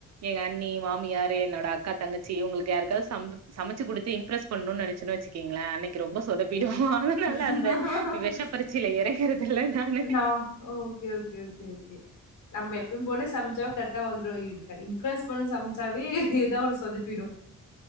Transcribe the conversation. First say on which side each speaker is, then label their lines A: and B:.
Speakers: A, on the right; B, on the left.
A: எங்க அண்ணி மாமியாரு என்னோட அக்கா தங்கச்சி இவுங்களுக்கு யாருக்காவது சம்பு சமைச் ச்சு குடுத்து இம்ப்ரஸ் பண்ணுன்னு நெனச்ச வச்சுக்கங்கள அன்னைக்கு ரொம்ப சொதப்பிடு அதனால
B: ஓகே
A: அந்த வெஷப்பறி ச்சைல இறங்கற துல்ல நானு
B: நா ஓகே ஓகே ஓகே ஓகே நம் எப்பயு போல சம்ச்சோ கர்ட்டா வந்துரு இவுங்க இம்ப்ரஸ் பண்ண சமைச்சாவே ஏதா ஒன்னு சொதப்பிடு